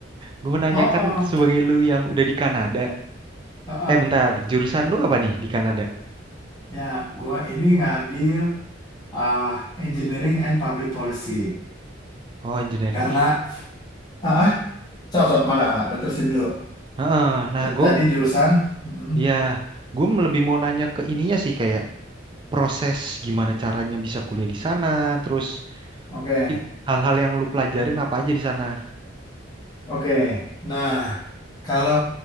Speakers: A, on the right; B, on the left.
A: Gue mau nanya
B: oh
A: kan
B: oh,
A: sebagai lu yang udah di Kanada.
B: oh, oh.
A: Eh, bentar. Jurusan lu apa nih di Kanada?
B: ya gue ini ngambil ah, engineering and public policy
A: Oh, engineering.
B: karena ah ah, sok sok mangga mangga. lo terusin dulu
A: Heeh. Nah,
B: T-
A: gue,
B: tadi jurusan mm
A: ya, gue lebih mau nanya ke ininya sih kayak proses gimana caranya bisa kuliah di sana, terus.
B: oke
A: it- hal-hal yang lu pelajarin apa aja di sana?
B: Oke, nah kalau